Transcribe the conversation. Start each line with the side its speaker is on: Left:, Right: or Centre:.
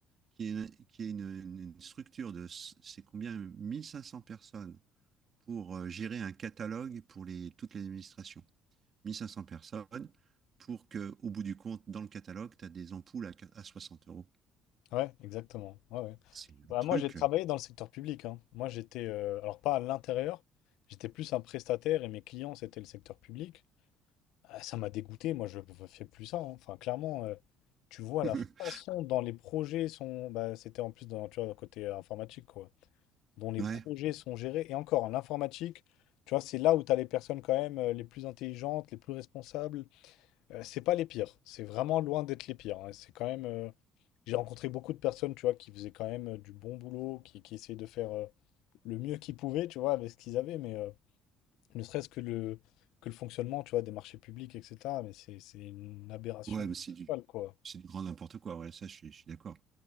Right: qui est, qui est une, une- une structure de, s- c'est combien, 1500 personnes pour euh, gérer un catalogue pour les, toutes les administrations. 1500 personnes pour que, au bout du compte, dans le catalogue, tu as des ampoules à, qu- à 60 euros.
Left: Ouais, exactement. Ouais, ouais.
Right: C'est un
Left: Bah,
Right: truc.
Left: moi, j'ai travaillé dans le secteur public. hein. Moi, j'étais, euh, alors pas à l'intérieur, j'étais plus un prestataire et mes clients, c'était le secteur public. Ah, Ça m'a dégoûté, moi je ne fais plus ça. hein. Enfin, clairement, euh, tu vois
Right: <laughs>
Left: la façon dont les projets sont. Bah, c'était en plus dans, tu vois, le côté euh, informatique, quoi. Dont les
Right: Ouais,
Left: projets sont gérés. Et encore, en informatique, tu vois, c'est là où tu as les personnes quand même euh, les plus intelligentes, les plus responsables. Euh, c'est pas les pires. C'est vraiment loin d'être les pires. hein. C'est quand même. euh, J'ai rencontré beaucoup de personnes, tu vois, qui faisaient quand même euh, du bon boulot, qui, qui essayaient de faire euh, le mieux qu'ils pouvaient, tu vois, avec ce qu'ils avaient. Mais. euh, ne serait-ce que le, que le fonctionnement, tu vois, des marchés publics, etc. Mais c'est c'est une aberration
Right: ouais, mais c'est du,
Left: totale, quoi.
Right: c'est du grand n'importe quoi. Ouais, ça, je suis, je suis d'accord.